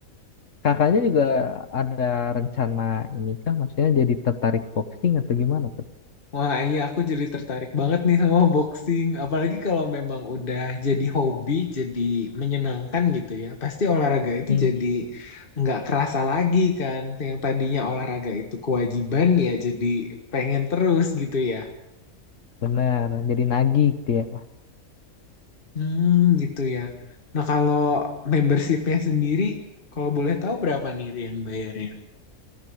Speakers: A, on the left (about 60°); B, on the left (about 40°).
A: Kakaknya juga ada rencana ini kah? Maksudnya jadi tertarik boxing atau gimana tuh?
B: Wah, iya aku jadi tertarik banget nih sama boxing. Apalagi kalau memang udah jadi hobi, jadi menyenangkan gitu ya. Pasti olahraga itu
A: Hmm,
B: jadi nggak kerasa lagi kan. Yang tadinya olahraga itu kewajiban ya, jadi pengen terus gitu ya.
A: benar, jadi nagih dia.
B: Hmm, gitu ya. Nah, kalau membershipnya sendiri, kalau boleh tahu berapa nih Rian bayarnya?